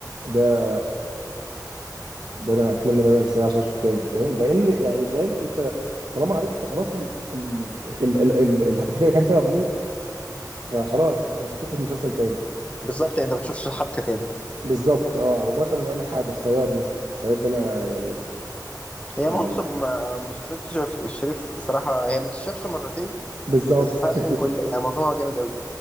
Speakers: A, on the right (about 70°); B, on the left (about 15°).
A: ده ده انا اتمنى ان انا انساه عشان اشوفه تاني فاهم لان يعني فاهم انت طالما عرفت خلاص ال... ال... ال... ال... ال... الحاجه اللي كان فيها غموض فخلاص انت مش هتشوف المسلسل تاني
B: بالظبط يعني أنت ما بتشوفش حبكة تاني
A: بالظبط اه ومثلا اقول لك حاجه الصياد مثلا الصياد ده انا يعني
B: هي
A: يعني
B: معظم آه، مسلسلات الشريف الشريف بصراحة هي ما تتشافش مرتين
A: بالظبط
B: بس فعلا
A: دي الفكره
B: كل يعني معظمها جامد قوي